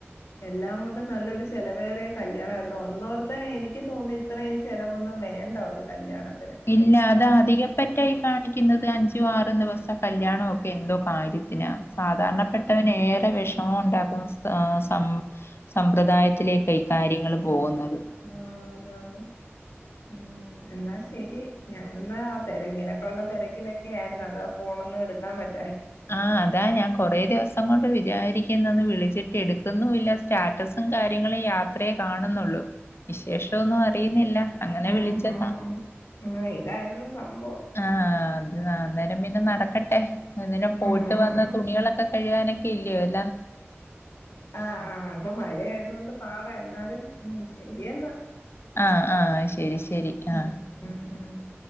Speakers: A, on the left; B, on the left.
A: എല്ലാം കൊണ്ടും നല്ലൊരു ചെലവേറിയ കല്യാണമായിരുന്നു ഒന്നോർത്തെ എനിക്ക് തോന്നി ഇത്രയും ചെലവൊന്നും വേണ്ട ഒരു കല്യാണത്തിന്
B: ഇല്ലാ അതാതധികപറ്റായി കാണിക്കുന്നത് അഞ്ചും ആറും ദിവസത്തെ കല്യാണൊക്കെ എന്തോ കാര്യത്തിനാ സാധാരണപെട്ടവനേറെ വെഷമോ ണ്ടാക്കുന്ന സാ സം സമ്പ്രദായത്തിലേക്കായി കാര്യങ്ങൾ പോകുന്നത്
A: ആ ന്നാന്ന്. ഉം എന്നാ ശെരി. ഞാനന്നാ തെര ഇങ്ങനൊക്കെയൊള്ള തെര ക്കിലെക്കെ ആരുന്നു അതാ ഫോണൊന്നും എടുക്കാൻ പറ്റ്
B: ആ അതാ ഞാൻ കൊറേ ദിവസംകൊണ്ട് വിചാരികണ് ഇന്നൊന്നു വിളിച്ചിട്ട് എടുക്കുന്നുല്ല സ്റ്റാറ്റസും കാര്യങ്ങളും യാത്രയെ കാണുന്നുള്ളൂ വിശേഷോന്നു അറിയുന്നില്ല അങ്ങനെ
A: ഉം,
B: വിളിച്ചതാ.
A: ഉം, ഉം. ആ ഇതായിരുന്നു സംഭവം
B: ആ അത് അന്നേരം പിന്നെ നടക്കെട്ടെ അതിന് പോയിട്ട്
A: ഉം ഉം
B: വന്ന തുണികളൊക്കെ കഴുകാനൊക്കെയില്ലേ ഒര്
A: ആ ആ ഇപ്പ മഴ ആയതോണ്ട് പാട എന്നാലും ഉം ശെരിയെന്ന.
B: ആ ആ ശെരി ശെരി
A: ഉം
B: ആ
A: ഉം ഉം